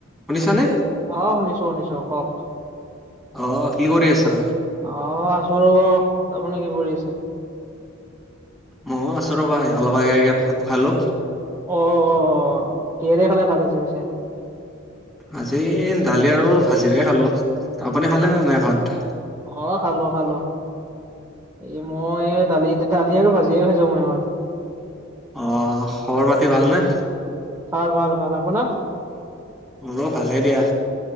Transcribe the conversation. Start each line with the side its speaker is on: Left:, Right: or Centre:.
Centre: শুনিছানে?
Right: অ শুনিছো শুনিছো কওক
Centre: অ, কি কৰি আছা।
Right: অ, আছো ৰব আপুনি কি কৰি আছে।
Centre: ময়ও আছো ৰবা অলপ আগেগে ভাত খালো
Right: অ অ কেহৰি খালে ভাত আছে পিছে
Centre: আজি দালি আৰু ভাজিৰে খালো আপুনি খালে নে নাই ভাত
Right: অ খালো খালো এ মই দালি দালি আৰু ভাজিয়ে হৈ যো ময় আজ
Centre: অ খবৰ পাতি ভালনে
Right: ভাল ভাল ভাল আপোনাৰ
Centre: ৰ ভালে দিয়া